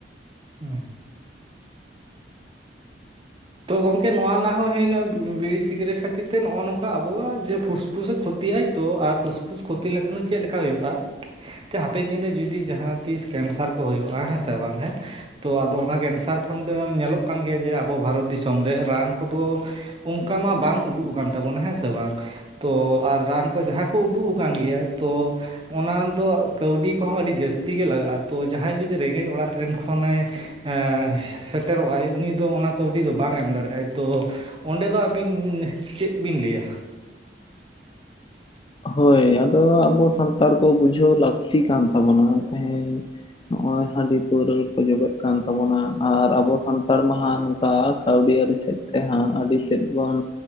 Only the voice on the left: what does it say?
ᱦᱳᱭ ᱟᱫᱚ ᱟᱵᱚ ᱥᱟᱱᱛᱟᱲ ᱠᱚ ᱵᱩᱡᱷᱟᱹᱣ ᱞᱟᱹᱠᱛᱤ ᱠᱟᱱ ᱛᱟᱵᱚᱱᱟ ᱛᱮᱸᱦᱤᱧ ᱾ ᱱᱚᱸᱜᱼᱚᱭ ᱦᱟᱺᱰᱤ ᱯᱟᱹᱣᱨᱟᱹ ᱨᱮᱠᱚ ᱡᱚᱵᱮᱜ ᱠᱟᱱ ᱛᱟᱵᱚᱱᱟ ᱟᱨ ᱟᱵᱚ ᱥᱟᱱᱛᱟᱲ ᱢᱟᱦᱟ ᱱᱚᱝᱠᱟ ᱠᱟᱹᱣᱰᱤ ᱟᱹᱨᱤ ᱥᱮᱫ ᱛᱮ ᱦᱟᱸᱜ ᱟᱹᱰᱤ ᱛᱮᱫ ᱵᱚᱱ